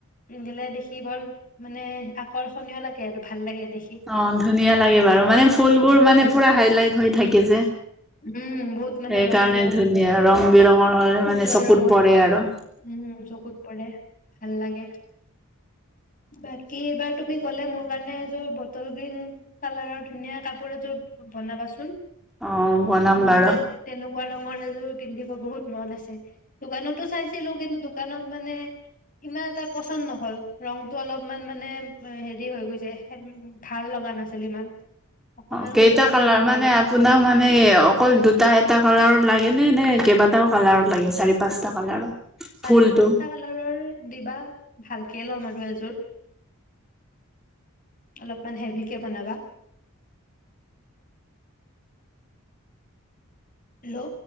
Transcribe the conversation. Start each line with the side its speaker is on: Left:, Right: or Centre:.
Left: পিন্ধিলে দেখি বৰ মানে আকৰ্ষণীয় লাগে আৰু ভাল লাগে দেখি
Centre: অ ধুনীয়া লাগে বাৰু মানে ফুলবোৰ
Left: উম
Centre: মানে পুৰা হাইলাইট হৈ থাকে যে
Left: উম বহুত মানে
Centre: সেইকাৰণে
Left: ৰং বিৰঙৰ
Centre: ধুনীয়া ৰং হলে মানে
Left: উজ্জ্বল
Centre: চকুত
Left: ৰঙৰ
Centre: পৰে আৰু
Left: উম চকুত পৰে ভাল লাগে বাকী এইবাৰ তুমি গ'লে মোৰ কাৰণে এযোৰ বটল গ্ৰীণ কালাৰৰ ধুনীয়া কাপোৰ এযোৰ বনাবাচোন
Centre: অ বনাম
Left: মোৰ
Centre: বাৰু
Left: মানে তেনেকুৱাৰ ৰঙৰ এজোৰ পিন্ধিব বহুত। মন আছে। দোকানতো চাইছিলো কিন্তু। দোকানত মানে ইমান এটা পচন্দ নহল ৰংটো অলপমান মানে হেৰি হৈ গৈছে ভাল লগা নাছিল ইমান। অকমান
Centre: অ' কেইটা
Left: উজ্জ্বল হলে
Centre: কালাৰ
Left: ভাল
Centre: মানে
Left: লাগে
Centre: আপোনাক মানে অকল দু দুটা এটা কালাৰত লাগে নে, নে কেইবাটাও কালাৰত লাগে চাৰি পাঁচটা কালাৰত
Left: চাৰি
Centre: ফুলটো
Left: পাঁচটা কালাৰৰ দিবা ভাল কে ল'ম আৰু এযোৰ অলপমান হেভিকে বনাবা। হেল্ল'।